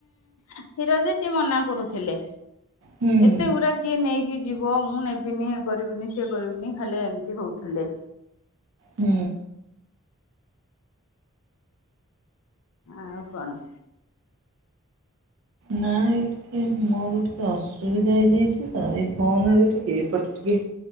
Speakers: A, on the left; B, on the right.
A: କ୍ଷୀର ଯେ ସିଏ ମନା କରୁ ଥିଲେ।
B: ହୁଁ ହୁଁ
A: ଏତେ ଗୁଡା କିଏ ନେଇ କିଏ ଜୀବ, ମୁଁ ନେବିନି, ଏ କରିବିନି, ସେ କରିବିନି, ଖାଲି ଏମିତି ହୋଉଥିଲେ।
B: ହୁଁ।
A: ଆଉ କଣ?
B: ନାଇଁ ଟିକେ ମୋର ଟିକେ ଅସୁବିଧା ହେଇଯାଇଛି ତ, ଏଇ ଫୋନରେ ଟିକେ ଏପଟ ଟିକେ